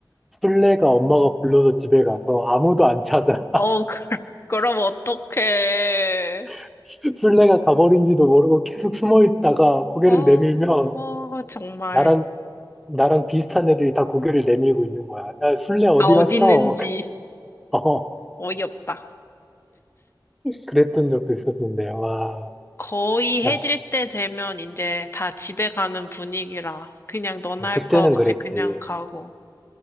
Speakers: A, in the centre; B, on the left (about 35°).
A: 술래가 엄마가 불러서 집에 가서 아무도 안 찾아
B: 어, 그, <laughs> 그럼 어떡해.
A: <laughs> 술래가 가버린지도 모르고 계속 숨어 있다가 고개를
B: 어,
A: 내밀면
B: 정말.
A: 나랑 나랑 비슷한 애들이 다 고개를 내밀고 있는 거야. 야, 술래 어디
B: 아, 어디
A: 갔어?
B: 있는지
A: <laughs> 어,
B: 어이없다.
A: 그랬던 적도 있었는데, 와.
B: 거의 해질
A: 야, 어,
B: 때 되면 이제 다 집에 가는 분위기라 그냥 너나
A: 음,
B: 할
A: 그때는
B: 거 없이
A: 그랬지.
B: 그냥 가고.